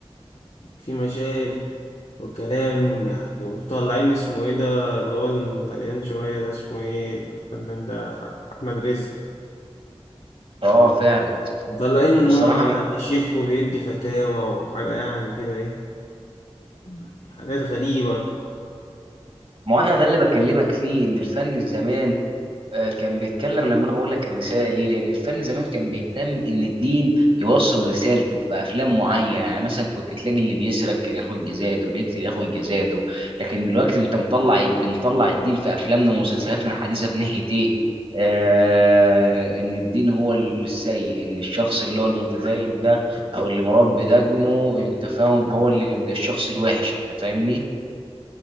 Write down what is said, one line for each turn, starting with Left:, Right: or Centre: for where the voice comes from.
Left: في مشاهد وكلام يعني وطالعين اسمه ايه ده اللي هو المليان شوية ده اسمه ايه الفنان ده أحمد رزق
Right: اه فعلا
Left: مطلعينه
Right: بصراحة
Left: إن هو يعني شيخ وبيدي فتاوى وحاجة يعني كده إيه يعني حاجات غريبة
Right: ما هو انا ده اللي بكلمك فيه ان الفن زمان آه، كان بيتكلم لما انا بقول لك الرساله ليه لان الفن زمان كان بيهتم ان الدين يوصل رسالته في افلام معينه يعني مثلا كنت تلاقي اللي بيسرق كان ياخد جزاته اللي يقتل ياخد جزاته لكن دلوقتي انت مطلع بنطلع الدين في افلامنا ومسلسلاتنا الحديثه في ناحيه ايه آه ان الدين هو السيء ان الشخص اللي هو المتدين ده او اللي مربي دجنه انت فاهم هو اللي يبقى الشخص الوحش انت فاهمني